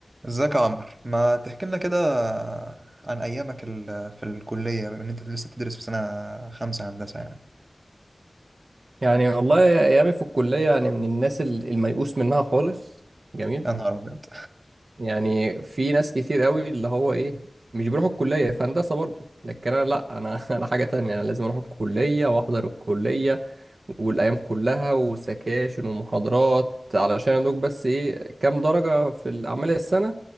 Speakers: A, on the right (about 45°); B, on the right (about 80°).
A: ازيك يا عمرو ما تحكي لنا كده عن ايامك ال- في الكليه بما ان انت لسه بتدرس في سنه خمسه هندسه يعني
B: يعني والله ايامي في الكليه يعني من الناس ال- الميؤوس منها خالص جميل
A: يا نهار ابيض
B: يعني في ناس كتير قوي اللي هو ايه مش بيروحوا الكليه في هندسه برضه لكن انا لا انا <laughs> انا حاجه تانية انا لازم اروح الكليه واحضر الكليه والايام كلها وسكاشن ومحاضرات علشان ادوك بس ايه كام درجه في الاعمال السنه